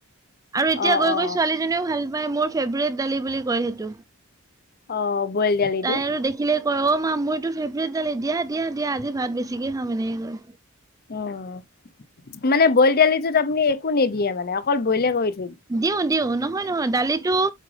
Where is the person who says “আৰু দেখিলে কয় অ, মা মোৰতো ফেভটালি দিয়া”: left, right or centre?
Right